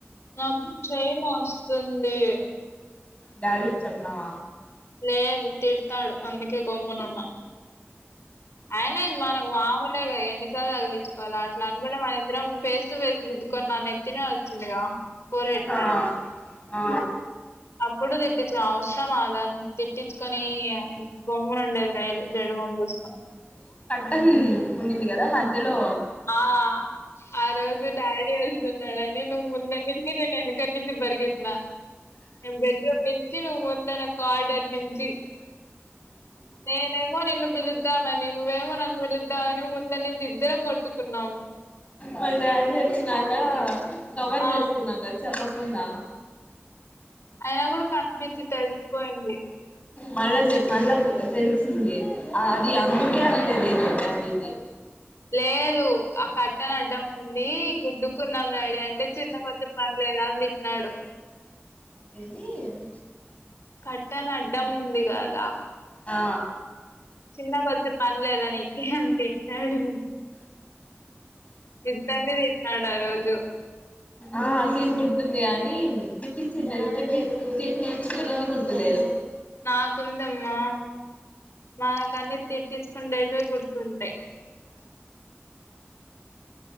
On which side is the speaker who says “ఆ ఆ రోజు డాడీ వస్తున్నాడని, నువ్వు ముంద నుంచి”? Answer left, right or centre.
Left